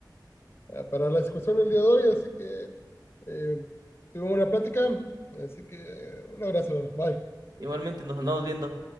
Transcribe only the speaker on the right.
igualmente nos andamos viendo.